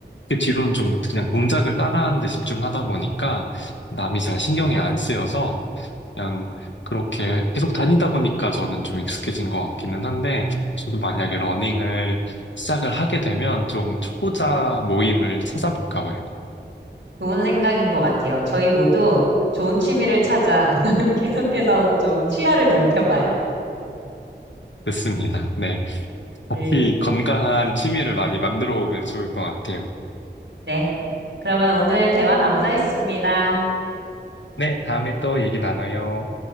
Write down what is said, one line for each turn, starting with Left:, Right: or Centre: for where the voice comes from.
Left: 그 뒤로는 좀 그냥 동작을 따라하는 데 집중하다 보니까 남이 잘 신경이 안 쓰여서 그냥 그렇게 계속 다니다 보니까 저는 좀 익숙해진 것 같기는 한데 저도 만약에 러닝을 시작을 하게 되면 좀 초보자 모임을 찾아볼까 봐요.
Right: 좋은 생각인 것 같아요. 저희 모두 좋은 취미를 찾아 <laughs> 계속해서 좀 시야를 넓혀봐요.
Left: 됐습니다. 네. 같이
Right: 네.
Left: 건강한 취미를 많이 만들어 보면 좋을 것 같아요.
Right: 네. 그러면 오늘 대화 감사했습니다.
Left: 네, 다음에 또 얘기 나눠요.